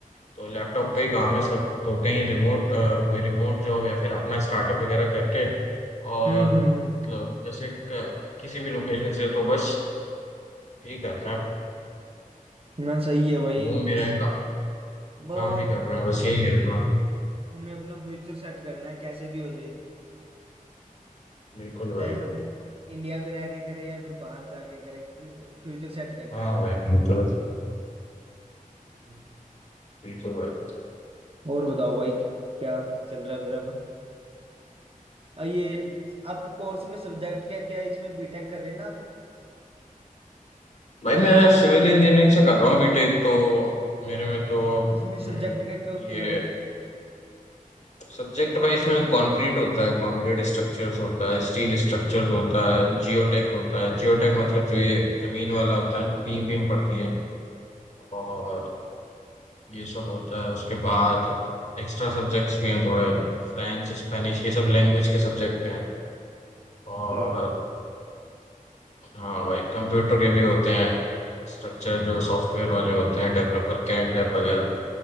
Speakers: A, on the left; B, on the right.
A: तो लैपटॉप
B: अच्छा अच्छा
A: पे ही काम है सब तो कहीं रिमोट अ, कोई रिमोट जॉब या फिर अपना स्टार्टअप वगैरह करके और
B: हम्म हम्म
A: मतलब
B: हम्म
A: जैसे क- किसी भी लोकेशन से तो बस यही कर रहे हैं
B: ना सही है भाई
A: घूम भी
B: बस
A: रहे हैं का,
B: ब- और
A: काम भी कर रहे हैं बस
B: हमें
A: यही
B: अपना
A: है अपना
B: हमें अपना फ्यूचर सेट करना है कैसे भी हो जाए
A: बिल्कुल भाई
B: चाहे हम इंडिया में रह के करें या फिर बाहर जाके करें फ्यूचर सेट करना
A: हाँ
B: है हमें
A: भाई बिल्कुल
B: हम्म।
A: बिल्कुल भाई
B: और बताओ भाई क्या चल रहा है फिर अब आ, ये इस- आपके कोर्स में सब्जेक्ट क्या क्या है इसमें बीटेक कर रहे हैं ना आप
A: भाई मैं सिविल इंजीनियरिंग से कर रहा हूँ बीटेक तो मेरे में तो हम्म,
B: इसमें सब्जेक्ट क्या क्या होते
A: ये
B: हैं भाई
A: सब्जेक्ट भाई इसमें कंक्रीट होता है कंक्रीट स्ट्रक्चर्स होता है स्टील स्ट्रक्चर्स होता है जियोटेक होता है जियोटेक मतलब जो ये जमीन वाला होता है ना बीम बीम पड़ती है और ये सब होता है उसके बाद एक्स्ट्रा सब्जेक्ट्स भी हैं थोड़े फ्रेंच स्पेनिश ये सब लैंग्वेज के सब्जेक्ट हैं और
B: अच्छा
A: हाँ भाई कंप्यूटर के भी होते हैं स्ट्रक्चर जो सॉफ्टवेयर वाले होते हैं डेवलपर कैड लैब वगैरह